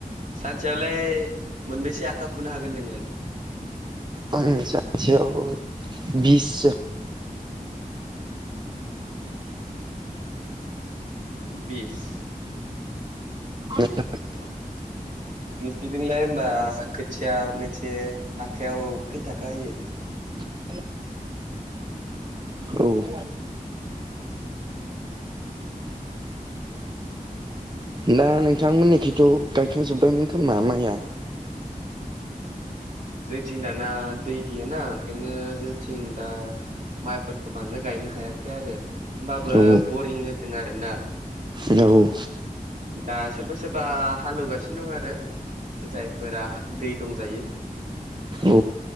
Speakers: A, on the right; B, on the right.
A: सानसेयावलाय मोनबेसे आखा फुनो हागोन नोंलाय?
B: आं सानसेयाव बिससो
A: बिस?
B: <unintelligible>
A: <unintelligible> नोंसिनिथिंलाय होनबा खोथिया मोनसे आखायाव खै थाखा होयो?
B: औ। <unintelligible> दा नोंथांमोननिखैथ' गायखांजोब्बायमोन खोमा माइया।
A: जोंथिं दाना दै गैयाना ओंखायनो जोंथिं दा माइफोरखौ बांद्राय गायनो हायाखै आरो होनबाबो
B: औ
A: बरिं होदों आरोना।
B: औ
A: दा सोरबा सोरबा हालेवगासिनो दं आरो। जायफोरा दै दंजायो
B: औ